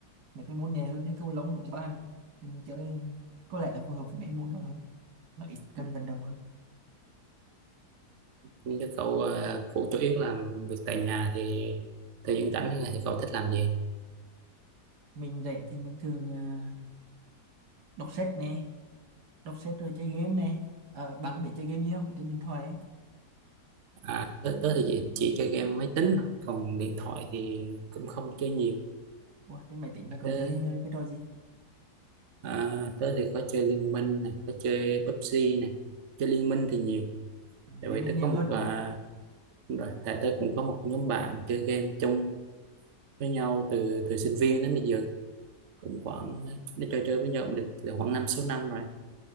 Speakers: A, on the right; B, on the right.
A: mấy cái môn nhẹ hơn như cầu lông, bóng bàn này. Thì mình chơi có lẽ là phù hợp với mấy môn đó hơn, nó ít cần vận động hơn.
B: nhưng cho cậu ờ, cũng chủ yếu làm việc tại nhà thì thời gian rảnh thì cậu thích làm gì
A: Mình rảnh thì mình thường ờ, đọc sách nè, đọc sách rồi chơi game nè ờ, bạn biết chơi game gì không Ở trên điện thoại ấy.
B: à tớ, tớ thì chỉ, chỉ chơi game máy tính thôi. còn điện thoại thì cũng không chơi nhiều
A: Ủa, trên máy tính là
B: tớ,
A: cậu chơi ờ, cái trò gì
B: à, tớ thì có chơi Liên Minh này có chơi PUBG này chơi Liên Minh thì nhiều
A: Ờ,
B: tại
A: Liên
B: vì
A: minh
B: tớ
A: nhiều
B: có một
A: hơn đúng
B: à,
A: không
B: Đúng rồi, tại tớ cũng có một nhóm bạn chơi game chung với nhau từ thời sinh viên đến bây giờ cũng khoảng
A: Ừ.
B: nó chơi chơi với nhau cũng được từ khoảng năm sáu năm rồi